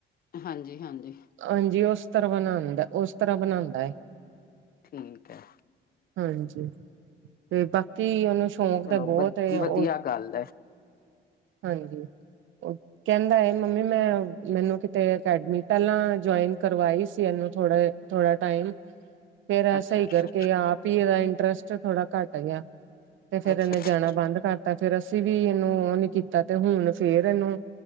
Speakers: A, on the left; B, on the right.
A: ਹਾਂਜੀ ਹਾਂਜੀ
B: ਹਾਂਜੀ ਉਸ ਤਰ੍ਹਾਂ ਬਣਾਉਂਦਾ ਉਸ ਤਰ੍ਹਾਂ ਬਣਾਉਂਦਾ
A: ਠੀਕ ਹੈ
B: ਹਾਂਜੀ ਤੇ ਬਾਕੀ ਉਹਨੂੰ ਸ਼ੌਕ
A: ਚਲੋ
B: ਤਾਂ ਬਹੁਤ
A: ਵ
B: ਉਹ
A: ਵਧੀਆ ਗੱਲ
B: ਹਾਂਜੀ ਕਹਿੰਦਾ ਹੈ ਮੰਮੀ ਮੈਂ। ਮੈਨੂੰ ਕਿਤੇ ਅਕੈਡਮੀ ਪਹਿਲਾਂ ਜਇਨ ਕਰਵਾਈ ਸੀ ਇਹਨੂੰ ਥੋੜ ਥੋੜਾ ਟਾਈਮ। ਫੇਿਰ
A: ਅੱਛਾ-ਅੱਛਾ,
B: ਸਹੀ ਕਰਕੇ ਆਪ ਹੀ ਇਹਦਾ ਇੰਟਰਸਟ ਥੋੜਾ ਘੱਟ ਗਿਆ। ਤੇ ਫੇਿਰ
A: ਅੱਛਾ
B: ਇਹਨੇ ਜਾਣਾ ਬੰਦ ਕਰਤਾ ਫੇਿਰ ਅਸੀਂ ਵੀ ਇਹਨੂੰ ਉਹ ਨੀ ਕੀਤਾ ਤੇ ਹੁਣ ਫੇਰ ਇਹਨੂੰ